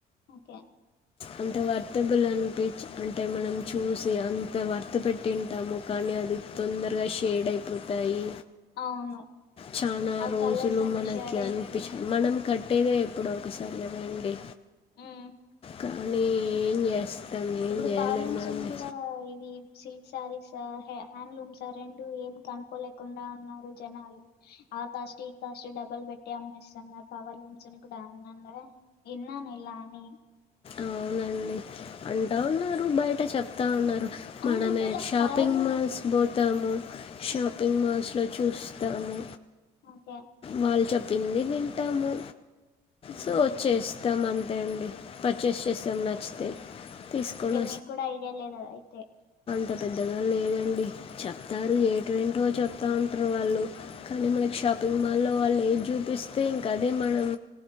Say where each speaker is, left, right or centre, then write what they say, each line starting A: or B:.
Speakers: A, on the left (about 70°); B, on the left (about 35°).
A: ఓకే
B: అంత వర్త్ బులు అనిపించి అంటే మనం చూసి అంత వర్త్ పెట్టింటాము కానీ అది తొందరగా షేడ్ అయిపోతాయి
A: అవును
B: చాలా
A: ఆ
B: రోజులు
A: కలర్స్ అన్ని
B: మనకి
A: షేడ్ అయితున్నాయి
B: అనిపించింది మనం
A: ఆ
B: కట్టేదె ఎప్పుడు ఒకసారి చలవండి
A: ఉమ్
B: కానీ ఏం చేస్తాం ఏం
A: ఇప్పుడు
B: చేయలేమండి
A: పావలమ్స్ ను కూడా ఇది శిల్పి సారీ సార్ హ్యాండ్లూమ్ సార్ రెండు ఏం కనుక్కోలేకుండా ఉన్నారు జనాలు ఆగా స్టీ కాస్ట్ డబల్ పెట్ట మస్ పవర్ నుంచని కూడా ఉన్నాన విన్నాను ఇలా అని
B: అవునండి అంటా ఉన్నారు బయట చెప్ టా ఉన్నారు
A: అవునండి
B: మనమే
A: ఇలా
B: షాపింగ్
A: పవర్ లూమ్స్
B: మాల్స్ బ తాము షాపింగ్ మాల్స్ లో చూస్తాము
A: ఓకే.
B: వాళ్ళు చెప్ పిండి తింటాము
A: హుహు.
B: సో చేస్తాం అంతే అండి పర్చేస్ చేస్తాం నచ్చితే తీసుకొని
A: ఓకే మీకు కూడా ఐడియా లేదా అయితే
B: ఇంత పెద్దగా లేదండి చెప్తారు ఏటుంటో చెప్తా ఉంటారు వాళ్ళు కానీ మనకి
A: హ్మ్.
B: షాపింగ్ మాల్లో వాళ్ళు ఏది చూపిస్తే ఇంకా అదే మనం